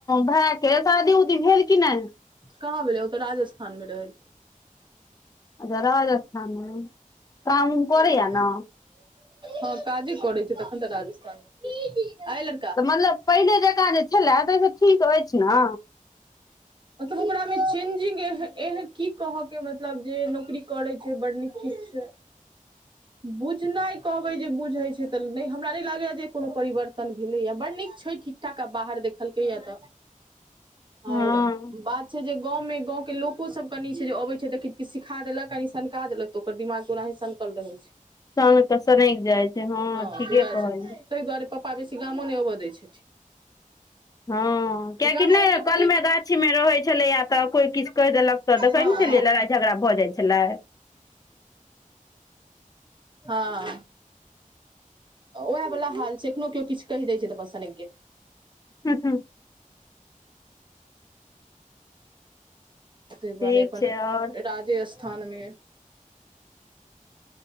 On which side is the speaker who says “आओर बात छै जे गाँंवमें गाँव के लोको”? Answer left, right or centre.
Right